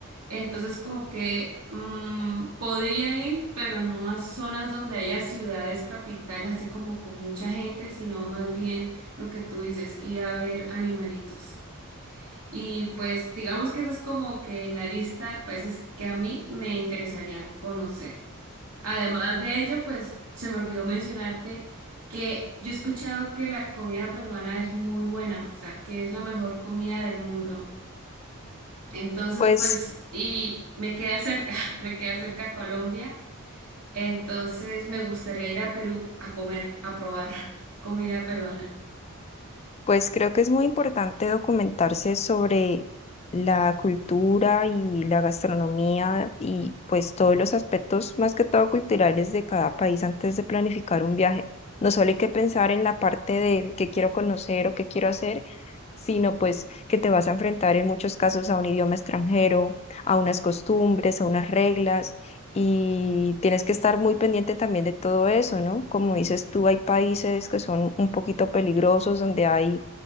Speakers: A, on the right (about 85°); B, on the left (about 30°).
A: Entonces, como que mm, podría ir, pero no a zonas donde haya ciudades capitales, así como con mucha gente, sino más bien lo que tú dices, ir a ver animalitos. Y pues digamos que esa es como que la lista de países que a mí me interesarían conocer. Además de ello, pues se me olvidó mencionarte que yo he escuchado que la comida peruana es muy buena, o sea, que es la mejor comida del mundo. Entonces,
B: Pues,
A: pues, y me queda cerca, <laughs> me queda cerca Colombia. Entonces, me gustaría ir a Perú a comer, a probar <laughs> comida peruana.
B: pues creo que es muy importante documentarse sobre la cultura y la gastronomía y pues todos los aspectos más que todo culturales de cada país antes de planificar un viaje. No solo hay que pensar en la parte de qué quiero conocer o qué quiero hacer, sino pues que te vas a enfrentar en muchos casos a un idioma extranjero, a unas costumbres, a unas reglas Y tienes que estar muy pendiente también de todo eso, ¿no? Como dices tú, hay países que son un poquito peligrosos, donde hay